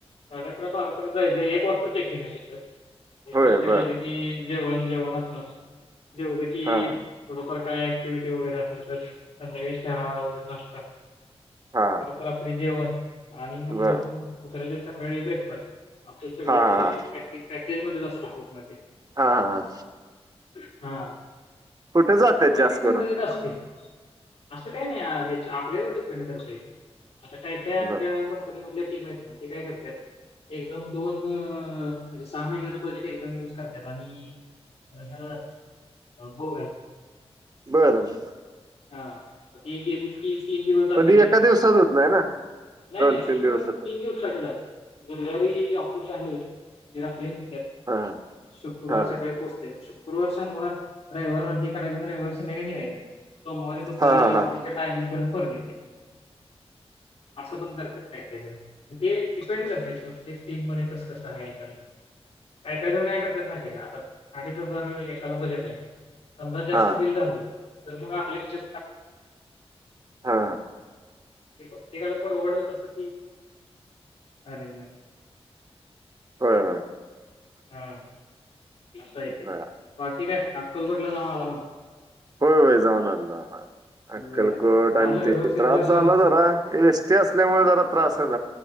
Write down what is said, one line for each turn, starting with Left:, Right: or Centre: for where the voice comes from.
Left: कार्यक्रम आलांत जायचं एक वाजता चेक के नाही शिक खूपस्त
Right: होय
Left: केलं
Right: बर
Left: की जेवण जेवणचलं े होत की
Right: हा हा
Left: थोडंफार काय क्टिव्हटी वगैरे असल्या तर संध्याकाळी शहळा व नाता
Right: हा हा
Left: परत रात्री जेवण आणि मग
Right: बर
Left: झोपून पुच सकाळी ब्रेकफास्ट आपण सगळं
Right: हा हा
Left: ते
Right: हा
Left: पॅके पॅकेजमध्येध्येच असत पोटण ते
Right: हा हा
Left: हा
Right: कुठे जातात
Left: ते प्रत्येक
Right: जास्त
Left: कंपनीला
Right: करून
Left: असते असं काही नाही आपल्यावर डिपेंड करत आता काय काय आमच्या
Right: बर हम्म
Left: कंपनीमधल्या टीम आहेत ना ते काय करत एकदम दोन म्हणजे सहा महिन्याच बजेट एकदम युज करतात आणि्याला जात अब ग
Right: बरोबर
Left: हा ग सी इ ब अप्याल
Right: पण ती एका दिवसात होत नाही ना
Left: नाही
Right: दोन
Left: नाही ती
Right: दिवसात
Left: मग तीन दिवस साठी जातात गुरुवारी ह ऑक्सफोर्ड चाल होली
Right: हा
Left: शुक्रवार
Right: हा
Left: सकाळी पोहचते गुरुवर्ष वर हे करायच वर्षय समोरे दुपारी
Right: हा हा
Left: ऑफिसच्या
Right: हा
Left: टायमिंगपर्यंत ेत असं बण करते पॅकेज ते डिपेंड करतय प्रत्येक सीन मध्ये कसं कसं आहेयच काय कायच काय करतात नाही का आता आणिच जर एकाला बजेट आहे ना समजा जास्त
Right: हा
Left: दिल झाले तर मग आपल्या किा
Right: हा
Left: ते ते फॉरवर्डच कसं अरे
Right: हो ह
Left: हम अस आहे
Right: हा हम्म.
Left: बाकी काय अक्कलकोटला जाऊन आला मग
Right: होय होय जाऊन आलो जाऊन आलो अक्कलकोट
Left: बरं. झालं
Right: अ
Left: का
Right: ते
Left: व्यवस्थित
Right: त्रास
Left: दर्शन?
Right: झाला जरा एस टी असल्यामुळे जरा त्रास...